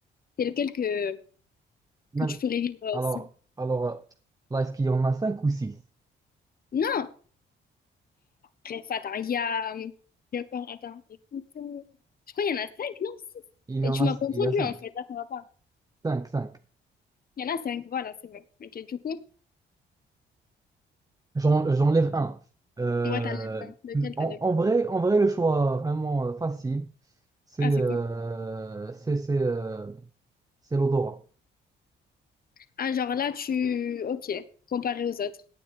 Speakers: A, on the left; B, on the right.
A: C'est lequel que,
B: Man-
A: que tu pourrais vivre euh,
B: Alors
A: sans.
B: alors euh, là est-ce qu'il y en a cinq ou six?
A: Non! Bref, attends, il y a... hum, Il y a quoi? Attends, écoute... euh, Je crois qu'il y en a cinq, non? Six.
B: Il y
A: Et
B: en
A: tu
B: a
A: m'as confondu,
B: il y a cinq.
A: en fait. Là, ça va pas.
B: Cinq, cinq.
A: Il y en a cinq, voilà, c'est vrai. Ok, du coup,
B: J'en- j'enlève un. Euh,
A: on va t'enlever un. Lequel
B: en,
A: t'enlèves?
B: en vrai, en vrai, le choix vraiment euh, facile, c'est
A: Ah, c'est
B: euh,
A: quoi?
B: c'est c'est euh, c'est l'odorat.
A: Ah, genre là, tu... Ok, comparé aux autres.